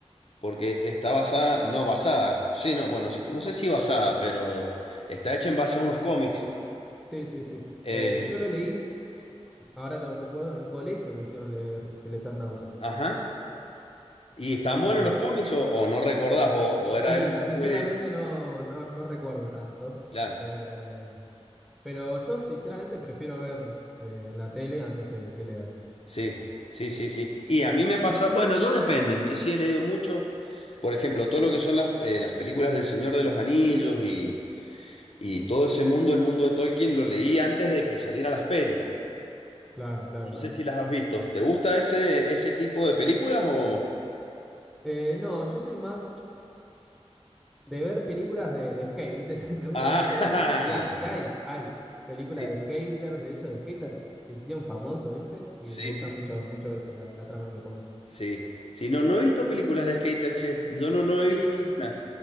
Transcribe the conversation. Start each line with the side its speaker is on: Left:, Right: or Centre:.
Left: porque está basada, no basada, sí, no, bueno, no sé si basada, pero está hecha en base a unos cómics.
Centre: Sí, sí, sí.
Left: Eh,
Centre: Eh, yo lo leí, ahora tengo el recuerdo, en el colegio me hicieron leer El Eternauta.
Left: Ajá. ¿Y están buenos
Centre: Eh,
Left: los cómics o, o no recordás o, o era
Centre: Y
Left: época
Centre: sinceramente
Left: muy de...
Centre: no, no, no recuerdo tanto.
Left: Claro,
Centre: Eh, pero yo sinceramente prefiero ver eh, en la tele antes que, que leer.
Left: sí, sí, sí, sí. Y a mí me pasa, bueno, yo depende, yo sí he leído mucho, por ejemplo, todo lo que son las, eh, las películas del Señor de los Anillos y, y todo ese mundo, el mundo de Tolkien, lo leí antes de que salieran las pelis.
Centre: Claro, claro,
Left: No
Centre: claro.
Left: sé si las has visto. ¿Te gusta ese, ese tipo de películas o...?
Centre: Eh, no, yo soy más de ver películas de, de skate, ¿viste? <laughs> Me gusta
Left: Ah,
Centre: mucho eso. Y, ha- y hay, hay películas
Left: <laughs>
Centre: de
Left: sí,
Centre: skaters, de hecho, de skater, que se hicieron famosos, ¿viste? Y
Left: sí,
Centre: me gusta
Left: sí,
Centre: mucho, mucho eso, la, la trama que ponen.
Left: sí. Sí, no, no he visto películas de skater, che. Yo no, no he
Centre: Y
Left: visto ninguna.